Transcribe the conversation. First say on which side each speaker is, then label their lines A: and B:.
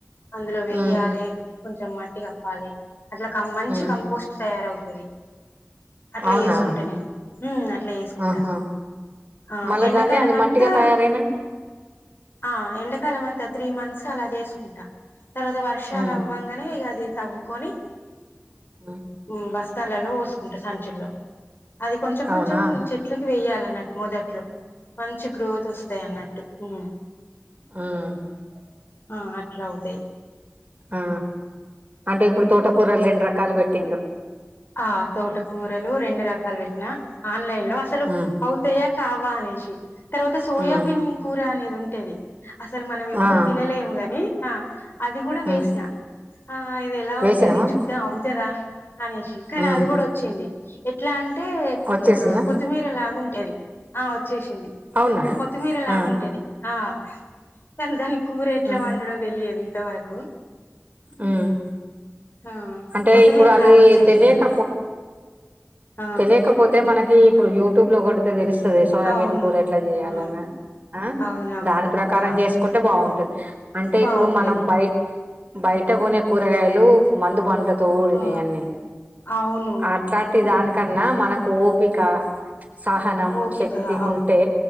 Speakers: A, on the left; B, on the right.
A: అందులో వెయ్యాలి
B: మ్
A: కొంచెం మట్టి కప్పాలి అట్లా మంచి
B: మ్
A: కంపోస్ట్ తయారవుతుంది అట్లా
B: అవునా
A: చేసుకుంటా మ్మ్ నేను అట్లా చేసుకుంటా
B: ఆహా
A: ఆ
B: మళ్ళా
A: ఎండాకాలం
B: దాన్ని అది
A: అంతా
B: మట్టిగా తయారైనంక
A: ఆ ఎండాకాలం అంతా త్రీ మంత్స్ అలా చేసుకుంటా తర్వాత వర్షాలు
B: ఉమ్
A: ఇ అది తవ్వుకొని
B: ఉమ్
A: ఉ బస్తాలలో పోసుకుంటా సంచుల్లో అది కొంచెం
B: అవునా
A: కొంచెం చెట్లకి వేయాలి అన్నట్టు మొదట్లో మంచి గ్రోత్ వస్తాయి అన్నట్టు మ్మ్
B: మ్మ్
A: ఆ అట్లా అవుతాయి్
B: ఆ అంటే ఇప్పుడు తోటకూర్రలు రెండు రకాలు పెట్టింది
A: ఆ తోటకూరలు రెండు రకాలు పెట్టినా ఆన్లైన్ లో అసలు
B: ఉమ్
A: అవుతాయా కావా అనేసి తర్వాత సోయాబీన్
B: ఉమ్
A: కూర అనేది ఉంటేది అసలు మనం ఎప్పుడు
B: ఆ
A: తినలేము గాని అది కూడా వేసిన
B: ఉమ్
A: ఆ ఇది ఎలా
B: వేసినవా
A: అవుతుది చూద్దాం అవుతుదా అనేసి కానీ
B: ఉమ్
A: అది కూడా వచ్చింది ఎట్లా అంటే
B: వచ్చేసిందా
A: ఆ కొత్తిమీర లాగాంటేది ఆ వచ్చేసింది
B: అవునా
A: కొత్తిమీర లాగుంటేది
B: ఆ
A: ఆ కానీ దాని కూర ఎట్లా
B: ఉమ్
A: వండడో తెలియదు ఇంతవరకు
B: ఉ
A: ఆ
B: అంటే
A: కొత్తిమీర
B: ఇప్పుడు అది
A: లాగా వచ్చేసింది
B: తెలియక
A: ఆ
B: తెలియకపోతే మనకి ఇప్పుడు యూట్యూబ్ లో కొడితే తెలుస్తు ీ సోయాబీన
A: అవును
B: కూర ఎట్లా చేయాలన్నా
A: ఆ
B: ఆ
A: అవునవును
B: దాని ప్రకారం
A: ఆ
B: చేసుకుంటే బాగు అంటే
A: బాగుంటది
B: ఇప్పుడు మనం బయ బయట కొనే కూరగాయలు మందు పడు తోడిని
A: ఆ
B: అన్నిీ
A: అవును
B: అట్లాంటి దానికన్నా మనకు ఓపిక సహనం
A: ఓపిక
B: శక్తి
A: అవును
B: ఉంటే